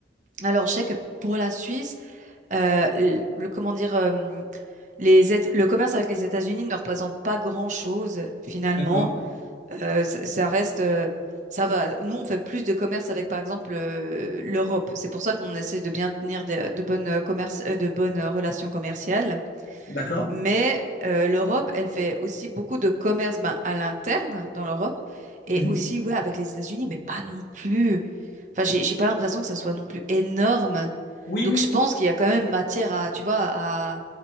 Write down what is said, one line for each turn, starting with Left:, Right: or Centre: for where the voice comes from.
Right: alors, je sais que pour la Suisse, euh, le, le- comment dire, euh, les, Éta- le commerce avec les États-Unis ne représente pas grand-chose finalement.
Left: D'accord,
Right: Euh, ça, ça reste, euh, ça va. Nous, on fait plus de commerce avec, par exemple, euh, l'Europe. C'est pour ça qu'on essaie de bien tenir de, de bonnes euh, commerces- euh, de bonnes euh, relations commerciales.
Left: d'accord.
Right: Mais euh, l'Europe, elle fait aussi beaucoup de commerce, ben, à l'interne dans l'Europe et
Left: Mhm.
Right: aussi, ouais, avec les États-Unis, mais pas non plus. Enfin, j'ai j'ai pas l'impression que ça soit non plus énorme.
Left: Oui,
Right: Donc
Left: oui.
Right: je pense qu'il y a quand même matière à, tu vois, à,